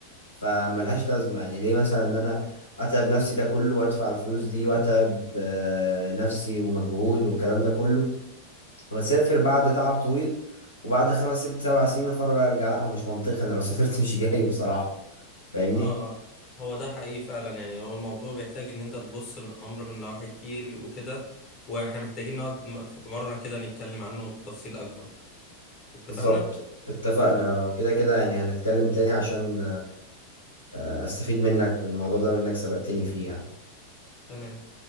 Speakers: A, on the left; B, on the left.
A: فملهاش لازمة يعني ليه مثلا ان انا اتعب نفسي ده كله وادفع الفلوس دي واتعب آه، نفسي ومجهود والكلام ده كله واسافر بعد تعب طويل وبعد خمس ست سبع سنين اقرر ارجع لا هو مش منطقي انا لو سافرت مش جاي بصراحة فاهمني
B: اه اه هو ده حقيقي فعلا يعني هو الموضوع بيحتاج ان انت تبص للامر من نواحي كتير وكده واحنا محتاجين نقعد م- في مرة كده نتكلم عنه بتفصيل اكبر اتفقنا
A: بالظبط اتفقنا وكده كده يعني هنتكلم تاني عشان آه، استفيد منك بالموضوع ده منك سبقتني فيه يعني
B: تمام